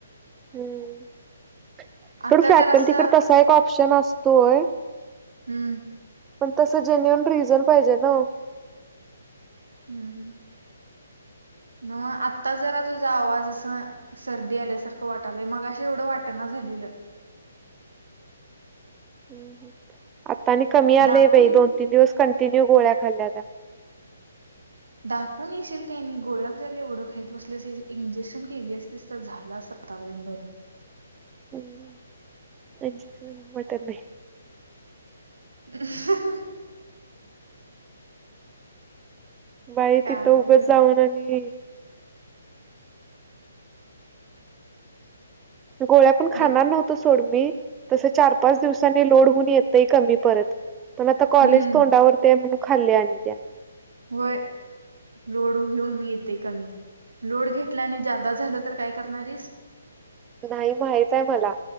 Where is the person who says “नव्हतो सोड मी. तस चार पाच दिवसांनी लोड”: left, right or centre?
Right